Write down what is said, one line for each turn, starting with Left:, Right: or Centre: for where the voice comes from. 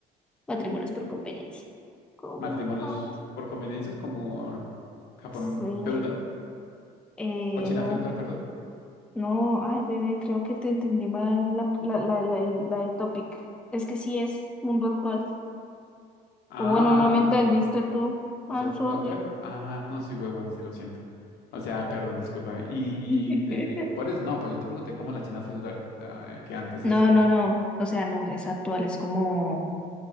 Centre: matrimonios por conveniencia. Oh
Left: Matrimonios
Centre: me encanta.
Left: por conveniencias como Japón
Centre: Sí.
Left: feudal
Centre: Eh,
Left: o China
Centre: no,
Left: feudal, perdón.
Centre: no, ay, bebé, creo que te entendí mal la, la, la, la, la del topic. Es que sí es mundo actual.
Left: Ah,
Centre: O bueno, no me entendiste tú.
Left: o
Centre: I'm
Left: sea, el
Centre: sorry.
Left: mundo actual. Ah, no, sí, huevón, sí lo siento. O sea, perdón, discúlpame. Y
Centre: <laughs>
Left: desde que por eso, no, pues yo te pregunté cómo la China feudal, o sea, que antes se
Centre: No,
Left: hacía.
Centre: no, no. O sea, no, es actual, es como...